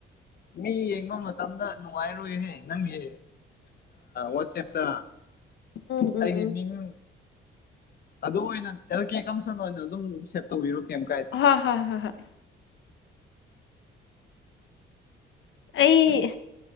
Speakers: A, on the left; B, on the left.
A: ꯃꯤ ꯌꯦꯡꯕ ꯃꯇꯝꯗ ꯅꯨꯡꯉꯥꯏꯔꯨꯍꯦ ꯅꯪꯒꯤ ꯋꯥꯆꯦꯞꯇ
B: ꯎꯝ ꯎꯝ
A: ꯑꯩꯒꯤꯦ
B: ꯎꯝ
A: ꯃꯤꯡ ꯑꯗꯨ ꯑꯣꯏꯅ ꯑꯦꯜ ꯀꯦ ꯀꯝꯁꯟ ꯑꯣꯏꯅ ꯑꯗꯨꯝ ꯁꯦꯞ ꯇꯧꯕꯤꯔꯣ ꯀꯩꯝ ꯀꯥꯏꯗꯦ
B: ꯍ ꯍ ꯍ ꯑꯩ